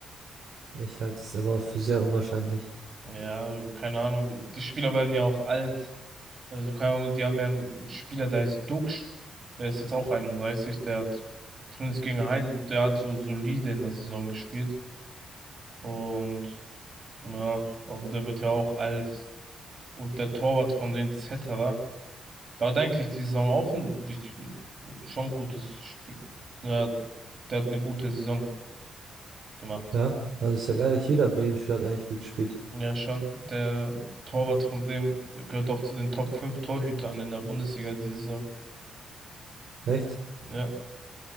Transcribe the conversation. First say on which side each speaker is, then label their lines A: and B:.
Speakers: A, on the right; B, on the right.
A: Ich halte es aber auch für sehr unwahrscheinlich.
B: Ja, keine Ahnung. Die Spieler werden ja auch alt. Also, keine Ahnung, die haben ja einen Spieler, der heißt Dux, der ist jetzt auch 31, der hat zumindest gegen Heiden, der hat so solide in der Saison gespielt. Und ja, aber der wird ja auch alt. Und der Torwart von den Zetterer, da hat eigentlich die Saison auch ein richtig, schon gutes Spiel. Ja, der hat eine gute Saison gemacht.
A: Ja, also ich sag ehrlich, jeder Bremen-Spieler hat eigentlich gut gespielt.
B: Ja, schon. Der Torwart von Bremen gehört auch zu den Top 5 Torhütern in der Bundesliga diese Saison.
A: Echt?
B: Ja.